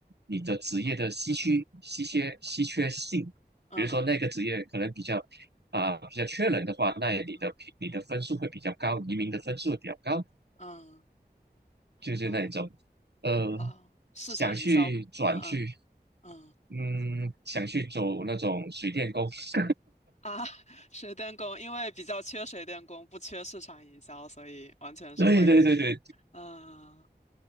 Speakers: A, on the right; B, on the left.
A: 你的职业的稀缺、稀缺、稀缺性，
B: 嗯嗯
A: 比如说那个职业可能比较啊、比较缺人的话，那你的评你的分数会比较高，
B: 嗯
A: 移民的分数会比较高，
B: 嗯，
A: 就是那一种
B: 老
A: 呃，
B: 老市场营销，
A: 想去转去，
B: 嗯嗯嗯
A: 嗯，想去走那种水电工。<laughs>
B: 啊，<laughs> 水电工，因为比较缺水电工，不缺市场营销，所以完全是为了，
A: 对对对对
B: 嗯，